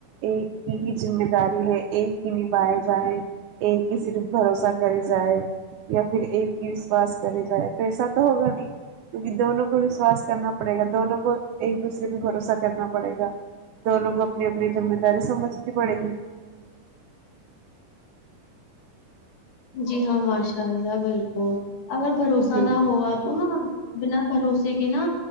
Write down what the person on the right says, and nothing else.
ایک ہی ذمہ داری ہے ایک ہی نبھائے جائے ایک کی صرف بھروسہ کرے جائے یا پھر ایک ہی وشوس کرے جائے تو ایسا تو ہوگا نہیں کیونکی دونوں کو وشواس کرنا پڑے گا دونوں کو ایک دوسرے پے بھروسہ کرنا پڑے گا دو لوگ اپنی اپنی ذمہ داری سمجھنی پڑے گی
جی